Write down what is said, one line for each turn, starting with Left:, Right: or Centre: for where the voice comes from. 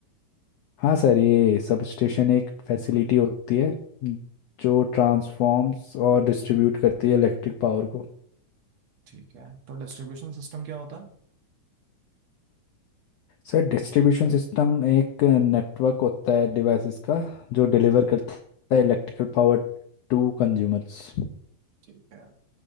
Left: हाँ सर ये सब स्टेशन एक फैसिलिटी होती है जो ट्रांसफॉर्म्स और डिस्ट्रीब्यूट करती है इलेक्ट्रिक पावर को
Right: ठीक है तो डिस्ट्रीब्यूशन सिस्टम क्या होता
Left: सर डिस्ट्रीब्यूशन सिस्टम एक नेटवर्क होता है डिवाइसेस का जो डिलीवर
Right: है
Left: करता है electrical power to consumers
Right: ठीक है